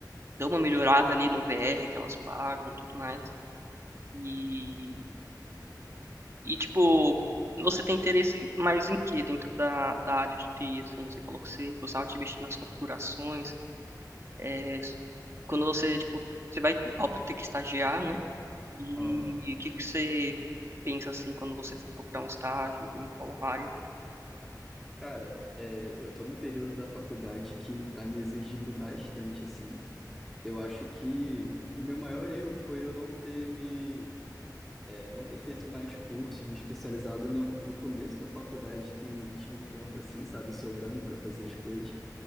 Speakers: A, on the right (about 40°); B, in the centre.
A: dão uma melhorada ali no VR que elas pagam, e tudo mais. E, e tipo, você tem interesse mais em quê dentro da, da área de TI, assim? Você falou que você gostava de mexer nas configurações, é, quando você, tipo, você vai, óbvio, ter que estagiar, né? E
B: Aham.
A: o que que você pensa assim quando você for procurar um estágio em qual área?
B: Cara, é, eu tô no período da faculdade que tá me exigindo bastante, assim. Eu acho que o meu maior erro foi eu não ter me, é, não ter feito mais cursos, me especializado no, no começo da faculdade, que tinha um tempo, assim, sabe, sobrando para fazer as coisas.